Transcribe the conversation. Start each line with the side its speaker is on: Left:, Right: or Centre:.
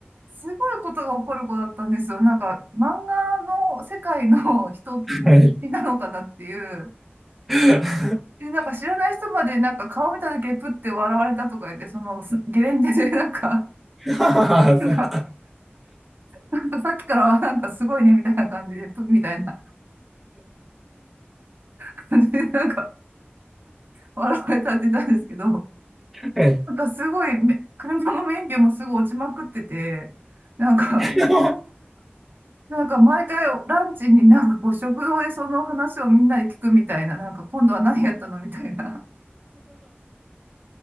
Right: すごいことが起こる子だったんですよ。なんか、漫画の世界の人
Centre: はい。
Right: なのかなっていう。
Centre: <laughs>
Right: で、なんか知らない人までなんか顔見ただけプッて笑われたとか言って、そのすゲレンデでなんか、
Centre: はさ
Right: なんか、なんかさっきからはなんかすごいねみたいな感じで、プッみたいな感じでなんか笑われたって言ったんですけど、
Centre: はい。
Right: なんかすごいめ、車の免許もすぐ落ちまくってて、なんか、
Centre: <laughs>
Right: なんか毎回ランチになんかこう食堂でその話をみんなで聞くみたいな、なんか今度は何やったのみたいな。